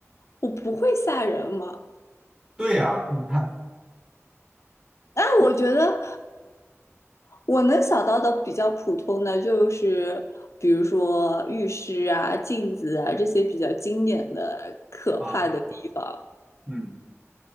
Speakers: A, on the left (about 65°); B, on the right (about 15°).
A: 我不会吓人吗？
B: 对呀，你看，
A: 啊我觉得啊。我能想到的比较普通的就是，比如说浴室啊、镜子啊这些比较经典的可怕的地方，
B: 啊，嗯，